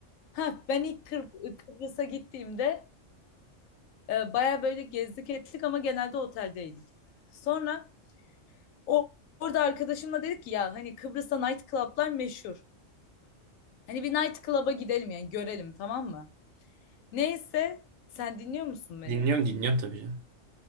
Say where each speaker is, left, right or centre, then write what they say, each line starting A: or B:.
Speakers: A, on the left (about 85°); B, on the right (about 70°).
A: Ha ben ilk Kıbr- Kıbrıs'a gittiğimde e, baya böyle gezdik ettik ama genelde oteldeydik. Sonra o, orada arkadaşımla dedik ki ya hani Kıbrıs'ta night club'lar meşhur. Hani bir night club'a gidelim yani görelim tamam mı? Neyse sen dinliyor musun beni?
B: Dinliyorum dinliyorum tabii canım.